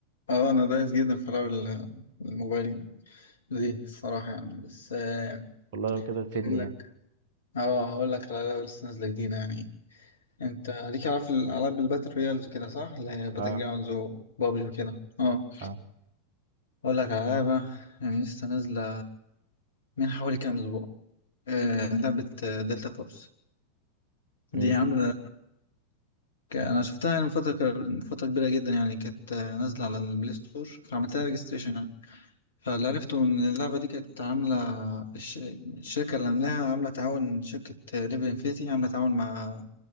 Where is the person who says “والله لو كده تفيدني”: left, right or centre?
Right